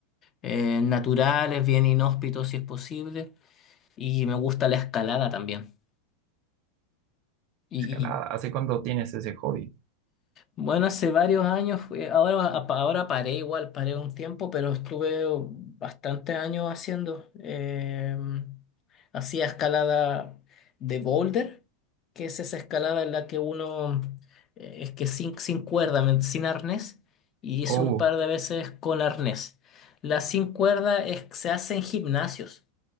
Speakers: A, on the left; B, on the right.
A: eh, naturales, bien inhóspitos si es posible. Y me gusta la escalada también. Y,
B: Escalada. ¿Hace cuánto tienes ese hobby?
A: Bueno, hace varios años, fui- ahora, ahora paré igual, paré un tiempo, pero estuve bastantes años haciendo. eh, hacía escalada de boulder, que es esa escalada en la que uno, eh, es que sin, sin cuerda, men- sin arnés, y hice
B: Oh,
A: un par de veces con arnés. La sin cuerda es, se hace en gimnasios.